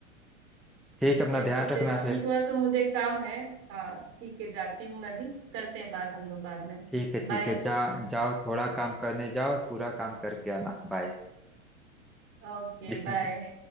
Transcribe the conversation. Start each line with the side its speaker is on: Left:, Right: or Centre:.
Centre: ठीक
Right: ठीक
Centre: है अपना
Right: है
Centre: ध्यान
Right: तो
Centre: रखना
Right: फिर अभी
Centre: फिर
Right: थोड़ा सा मुझे काम है हाँ ठीक है जाती हूँ मैं भी करते हैं बात हम लोग बाद में
Centre: ठीक है
Right: बाय
Centre: ठीक है जा जाओ थोड़ा काम करने जाओ पूरा काम करके आना बाय
Right: Okay
Centre: <laughs>
Right: bye
Centre: जी